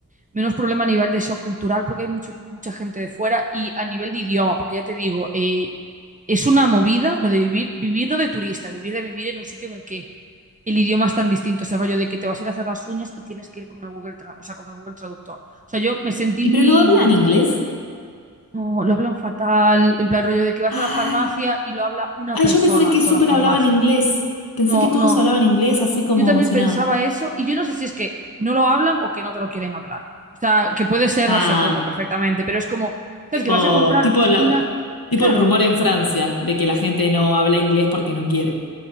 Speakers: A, on the right; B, on the left.
A: menos problema a nivel de shock cultural porque hay mucho, mucha gente de fuera y a nivel de idioma, porque ya te digo, eh, es una movida lo de vivir, vivir no de turista, vivir de vivir en un sitio en el que el idioma es tan distinto, ese rollo de que te vas a ir a hacer las uñas y tienes que ir con el Google, Tra- o sea, con el Google Traductor. O sea, yo me sentí
B: y
A: muy...
B: pero no hablan inglés.
A: No, lo hablan fatal, en plan rollo de que vas
B: Ay.
A: a la farmacia y lo habla una
B: Ay,
A: persona
B: yo pensé que
A: de toda
B: súper
A: la farmacia.
B: hablaban inglés. Pensé
A: No,
B: que todos
A: no.
B: hablaban inglés así como
A: Yo también
B: si
A: pensaba
B: nada.
A: eso y yo no sé si es que no lo hablan o que no te lo quieren hablar. O sea, que puede ser
B: Ah,
A: la segunda perfectamente, pero es como, ¿sabes?
B: tipo,
A: Que vas a comprar
B: tipo, la-
A: una...
B: tipo
A: Claro,
B: el rumor en Francia de que la gente no habla inglés porque no quiere.